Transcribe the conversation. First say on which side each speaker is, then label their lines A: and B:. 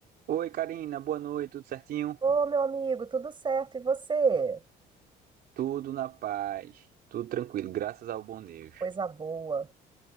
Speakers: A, on the right; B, on the right.
A: Oi, Karina, boa noite, tudo certinho?
B: Ô, meu amigo, tudo certo? E você?
A: Tudo na paz, tudo tranquilo, graças ao bom Deus.
B: Coisa boa.